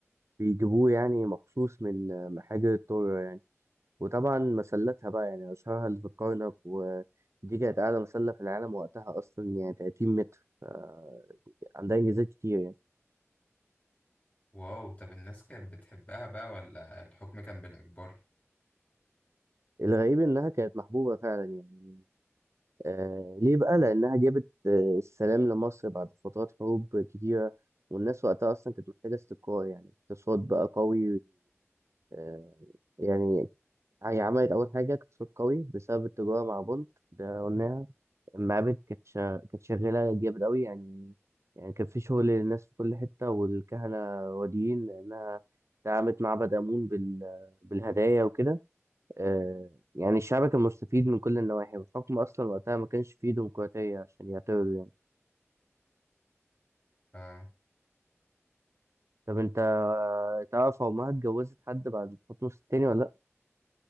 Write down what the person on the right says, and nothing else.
بيجيبوه يعني مخصوص من من حجر الطور يعني وطبعا مسلاتها بقى يعني أشهرها اللي في الكرنك ودي كانت أعلى مسلة في العالم وقتها أصلا يعني 30 متر ف- عندها إنجازات كتير يعني
الغريب إنها كانت محبوبة فعلا يعني آه ليه بقى؟ لأنها جابت آه السلام لمصر بعد فترات حروب كتيرة والناس وقتها أصلا كانت محتاجة استقرار يعني اقتصاد بقى قوي آه يعني هي عملت أول حاجة اقتصاد قوي بسبب التجارة مع بونت ده قلناها المعابد كانت شا- كانت شغالة جامد أوي يعني يعني كان في شغل للناس في كل حتة والكهنة راضيين لأنها دعمت معبد آمون بال... بالهدايا وكده آه، يعني الشعب كان مستفيد من كل النواحي والحكم أصلا وقتها ما كانش فيه ديمقراطية عشان يعترضوا يعني
طب أنت تعرف أمها اتجوزت حد بعد حكم الستيني ولا لأ؟